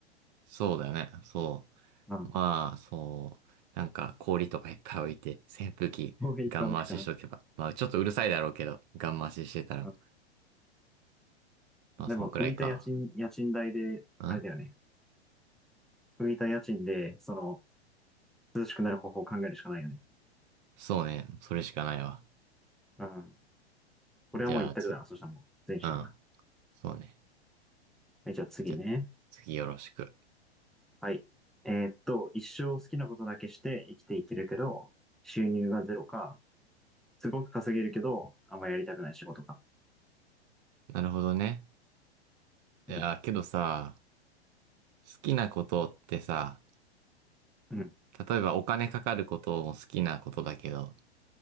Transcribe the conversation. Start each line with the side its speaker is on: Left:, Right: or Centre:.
Right: そうだよね。そ
Centre: うん。
Right: う。まあ、そう。なんか、氷とかいっぱい置いて、扇風機、
Centre: こういパンクかな。
Right: ガン回ししとけば。まあ、ちょっとうるさいだろうけど、ガン回ししてたら。
Centre: うん。
Right: まあ、
Centre: でも、
Right: そんくらいか。
Centre: 浮いた家賃、家賃代で、
Right: ん
Centre: あれだよね。浮いた家賃で、その、涼しくなる方法を考えるしかないよね。
Right: そうね。それしかないわ。
Centre: うん。これはもう一択だな。
Right: じゃあ、つ、
Centre: そしたらもう、前者やな。
Right: うん。そうね。
Centre: はい、じゃあ次ね。
Right: じゃ、次よろしく。
Centre: はい。えーっと、一生好きなことだけして生きていけるけど、収入がゼロか、すごく稼げるけど、あんまやりたくない仕事か。
Right: なるほどね。いや、
Centre: うん。
Right: けどさ、好きなことってさ、
Centre: うん。
Right: 例えばお金かかることも好きなことだけど、